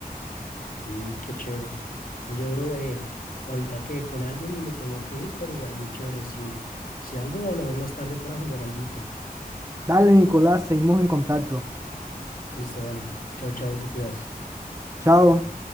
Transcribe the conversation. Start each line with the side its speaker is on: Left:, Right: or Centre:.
Left: Mm, qué chévere. Oye, bro, eh, ahorita quedé con alguien y me tengo que ir, pero igual muy chévere. Si, si algo hablamos más tarde para jugar alguito.
Right: Dale, Nicolás, seguimos en contacto.
Left: Listo, vale. Chao, chao, te cuidas.
Right: Chao.